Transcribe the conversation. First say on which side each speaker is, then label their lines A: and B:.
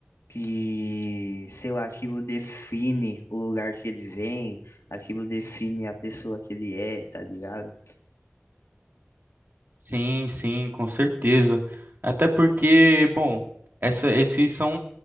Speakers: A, on the left; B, on the right.
A: que, sei lá, aquilo define o lugar que ele vem, aquilo define a pessoa que ele é, tá ligado?
B: Sim, sim, com certeza. Até porque, bom, essa, esses são